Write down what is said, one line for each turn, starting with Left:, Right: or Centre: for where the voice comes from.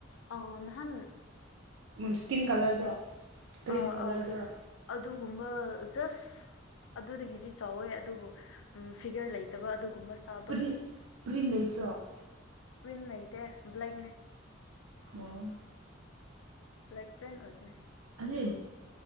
Left: ꯑ ꯅꯍꯥꯟ
Right: ꯏꯁ꯭ꯀꯤꯟ ꯀꯂꯔꯗꯣ ꯀ꯭ꯔꯤꯝ
Left: ꯑꯥ
Right: ꯀꯂꯔꯗꯨꯔꯣ
Left: ꯑꯥ ꯑꯗꯨꯒꯨꯝꯕ ꯖꯁ ꯑꯗꯨꯗꯒꯤꯗꯤ ꯆꯥꯎꯋꯦ ꯑꯗꯨꯕꯨ ꯐꯤꯒꯔ ꯂꯩꯇꯕ ꯑꯗꯨꯒꯨꯝꯕ ꯁ꯭ꯇꯥꯥꯏꯜꯗꯣ
Right: ꯄ꯭ꯔꯤꯟ ꯄ꯭ꯔꯤꯟ ꯂꯩꯇ꯭ꯔꯣ
Left: ꯄ꯭ꯋꯤꯟ ꯂꯩꯇ ꯕ꯭ꯂꯦꯛꯅꯦ
Right: ꯑꯣꯝ
Left: ꯂꯥꯏꯛ ꯄ꯭ꯔꯦꯟ ꯑꯣꯏꯕꯅꯦ
Right: ꯑꯁꯤ